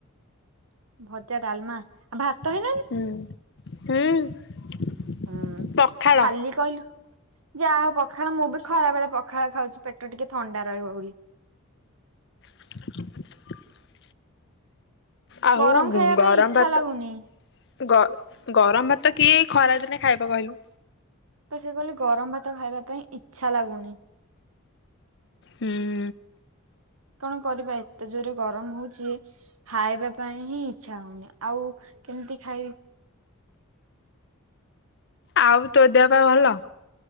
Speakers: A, on the right; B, on the left.
A: ଭଜା ଡାଲମା ଆଉ ଭାତ ହେଇ
B: ହୁଁ ହୁଁ।
A: ହୁଁ,
B: ପଖାଳ
A: ଖାଲିି କହିଲୁ ଯାହା ହଉ ପଖାଳ ମୁଁ ବି ଖରା ବେଳେ ପଖାଳ ଖାଉଚି ପେଟ ଟିକେ ଥଣ୍ଡା ରହିବ ବୋଲି।
B: <inaudible> ଆଉ
A: ଗରମ ଖାଇବା
B: ଗରମ
A: ପାଇଁ ଇଚ୍ଛା
B: ଭାତ
A: ଲାଗୁନି
B: ଗ ଗରମ ଭାତ କିଏ ଏ ଖରାଦିନେ ଖାଇବ କହିଲୁ।
A: ତ ସେ କହିଲେ ଗରମ ଭାତ ଖାଇବା ପାଇଁ ଇଚ୍ଛା ଲାଗୁନି।
B: ହୁଁ।
A: କଣ କରିବା ଏତେ ଜୋରେ ଗରମ ହଉଚି। ଖାଇବା ପାଇଁ ହିଁ ଇଛା ହଉନି, ଆଉ କେମିତି ଖାଇବି।
B: ଆଉ ତୋ ଦେହ ପା ଭଲ?